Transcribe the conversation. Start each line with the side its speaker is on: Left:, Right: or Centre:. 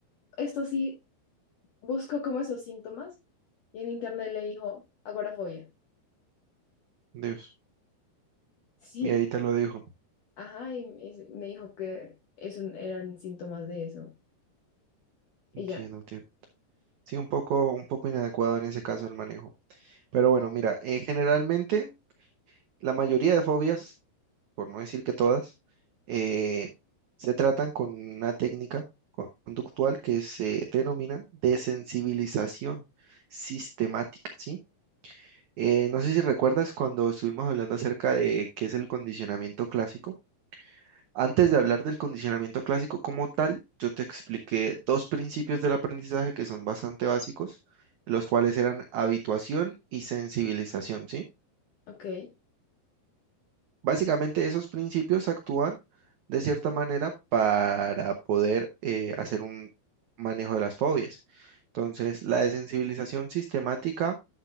Left: esto sí, buscó como esos síntomas y en internet le dijo agorafobia. <laughs>
Right: Dios.
Left: Sí,
Right: Y ahí te lo dijo.
Left: ajá, y me me dijo que eso eran síntomas de eso. Y
Right: Entiendo,
Left: ya,
Right: entiendo. Sí, un poco, un poco inadecuado en ese caso el manejo. Pero bueno, mira, eh, generalmente la mayoría de fobias por no decir que todas, eh, se tratan con una técnica conductual que se denomina desensibilización sistemática, ¿sí? Eh, no sé si recuerdas cuando estuvimos hablando acerca de qué es el condicionamiento clásico. Antes de hablar del condicionamiento clásico como tal, yo te expliqué dos principios del aprendizaje que son bastante básicos, los cuales eran habituación y sensibilización, ¿sí?
Left: ok,
Right: Básicamente esos principios actúan de cierta manera para poder eh, hacer un manejo de las fobias. Entonces, la desensibilización sistemática,